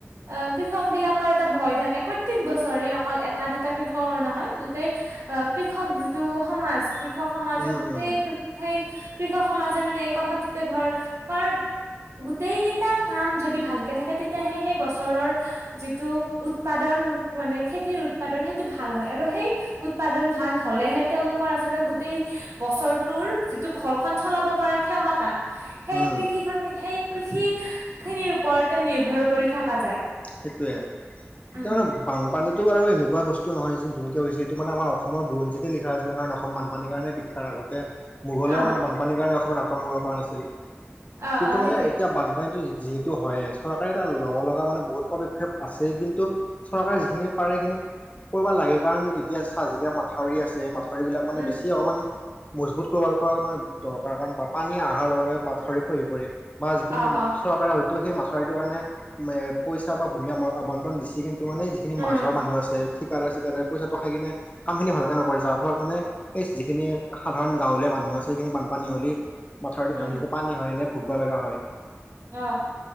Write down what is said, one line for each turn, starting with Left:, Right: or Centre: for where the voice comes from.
Right: অ কৃষক বিলাকৰ এটা ভয় থাকে প্ৰত্যেক বছৰে অকল এটা দুটা কৃষকৰ নহয় গোটেই অ কৃষক যিটো সমাজ কৃষক সমাজৰ
Left: উম,
Right: গোটেই
Left: উম,
Right: কৃষেই। কৃষক সমাজে মানে এই কথাটোতে ধৰ কাৰণ গোটেইকেইটা কাম যদি ভালকে থাকে তেতিয়াহে সেই বছৰৰ যিটো উৎপাদন। মানে খেতিৰ উৎপাদন সেইটো ভাল হয় আৰু সেই উৎপাদন ভাল হলেহে তেওঁলোকৰ আচলতে। গোটেই বছৰটোৰ যিটো ঘৰখন চলাব পৰা ক্ষমতা সেই
Left: উম,
Right: কৃষিখন সেই। কৃষি খিনিৰ ওপৰতে নিৰ্ভৰ কৰি থকা যায়।
Left: সেইটোয়ে
Right: উম
Left: তাৰমানে বানপানীত। এইটো আৰু এনেকুৱা বস্তু নহয় যে নকে হৈছিল এইটো মানে আমাৰ অসমৰ বুৰঞ্জতে লিা আছিলে কাৰণ অসম বানপানীৰ কাৰণে বিখ্যাত আৰু অতে মোগলেও
Right: আহ
Left: মানে বানপানীৰ কাৰণে অসমত আক্ৰমণ কৰিব পৰা নাছিল
Right: অ
Left: কিন্তু
Right: অ
Left: মানে
Right: সেইটোৱে
Left: এতিয়া বানপানীটো। যিহেতু হয় চৰকাৰে তাত ল'ব লগা মানে বহুত। পদক্ষেপ আছে কিন্তু চৰকাৰে যিখিনি পাৰে সখিনি কৰিবব লাগে কাৰণ এতিয়া চা জিকা মাথাউৰি আছে মাথাউৰি বিলাক মানে
Right: উম
Left: বেছি অকমান মজবুত কৰিব পৰা দৰকাৰ কাৰণ বা পানী অহাৰ লগে লগে পাত খৰি খহি পৰে। বা যিখিনি
Right: অ অ
Left: চৰকাৰে হয়তো সেই মাথাউৰিটোৰ কাৰণে এ পইচা বা ভূমি আৱণ্টন দিছে কিন্ত। ত মানে যিখিনি
Right: উম
Left: মাছৰ মানুহ আছে। থিকাদাৰ চিকাদাৰ পইচাটো খাই কিনে কাম খিনি ভালকে নকৰে যাৰ ফলত মানে এই যিখিনি সাধাৰণ গাঁৱলীয়া মানুহ। <unintelligible> মথাৰটো
Right: উম
Left: ভাঙি যা ই পানী হয় এনে ভুগিব লগা হয়।
Right: অ